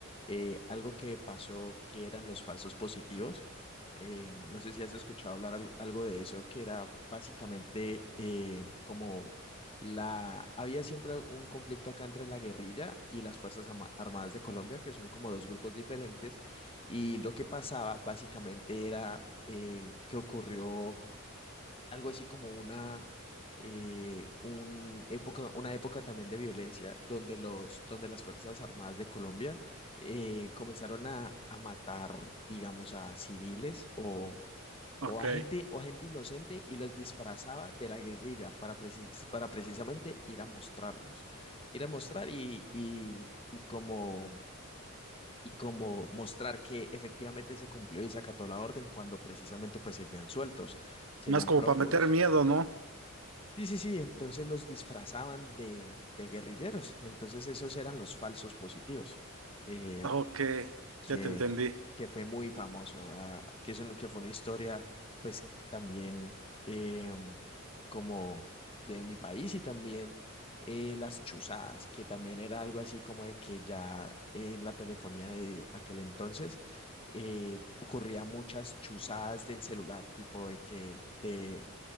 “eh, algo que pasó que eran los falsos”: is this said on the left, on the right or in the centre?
Left